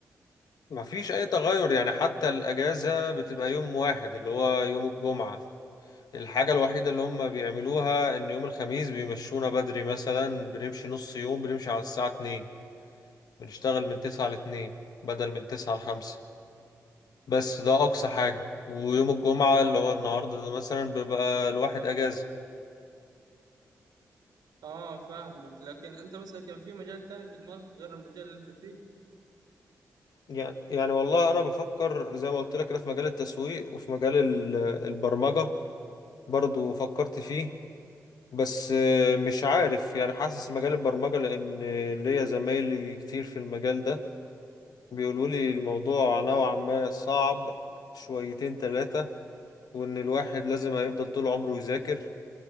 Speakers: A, on the left; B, on the right.
A: ما فيش أي تغير يعني حتى الأجازة بتبقى يوم واحد اللي هو يوم الجمعة الحاجة الوحيدة اللي هم بيعملوها إن يوم الخميس بيمشونا بدري مثلا بنمشي نص يوم بنمشي على الساعة 2 بنشتغل من 9 ل 2 بدل من 9 ل 5 بس ده أقصى حاجة ويوم الجمعة اللي هو النهاردة ده مثلا بيبقى الواحد أجازة
B: اه فاهمك لكن انت مثلا كان في مجال تاني في دماغك غير المجال اللي انت فيه
A: يعني يعني والله انا بفكر زي ما قلت لك كده في مجال التسويق وفي مجال ال- البرمجة برضو فكرت فيه بس آه، مش عارف يعني حاسس مجال البرمجة لان ليا زمايلي كتير في المجال ده بيقولوا لي الموضوع نوعا ما صعب شويتين ثلاثة وان الواحد لازم هيفضل طول عمره يذاكر